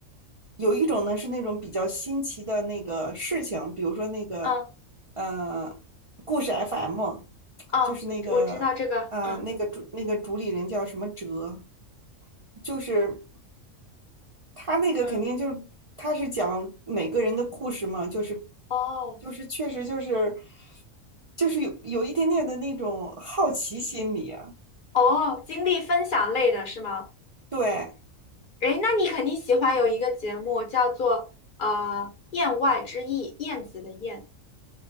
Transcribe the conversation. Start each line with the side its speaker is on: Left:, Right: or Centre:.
Right: 有一种呢是那种比较新奇的那个事情，比如说那个，
Left: 嗯
Right: 呃，故事 FM，
Left: 哦，
Right: 就是那个。
Left: 我我知道这个，
Right: 啊、
Left: 嗯
Right: 那个主那个主理人叫什么哲，就是他那个肯定就是他是讲每个人的故事嘛，
Left: 嗯
Right: 就是
Left: 哦
Right: 就是确实就是就是有有一点点的那种好奇心理啊，
Left: 哦，经历分享类的是吗？
Right: 对，
Left: 诶，那你肯定喜欢有一个节目叫做呃《燕外之意》，燕子的燕。